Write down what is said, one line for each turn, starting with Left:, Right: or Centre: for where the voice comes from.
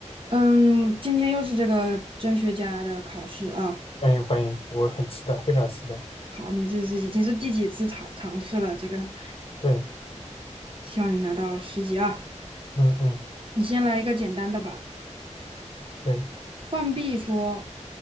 Right: 嗯，今天又是这个甄学家的考试啊。
Left: 欢迎欢迎，我很期待，非常期待。
Right: 好，你这是已经是第几次尝尝试了？这个，
Left: 对，
Right: 希望你拿到十级啊。
Left: 嗯嗯，
Right: 你先来一个简单的吧。
Left: 可以。
Right: 浣碧说：